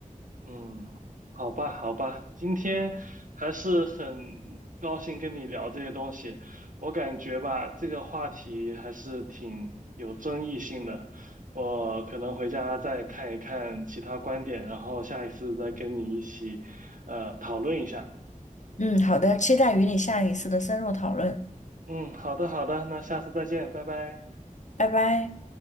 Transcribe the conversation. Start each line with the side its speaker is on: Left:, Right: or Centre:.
Right: 嗯，好吧，好吧，今天还是很高兴跟你聊这些东西。我感觉吧，这个话题还是挺有争议性的。我可能回家再看一看其他观点，然后下一次再跟你一起呃讨论一下。
Left: 嗯，好的，期待与你下一次的深入讨论，
Right: 嗯，好的，好的，那下次再见，拜拜。
Left: 拜拜。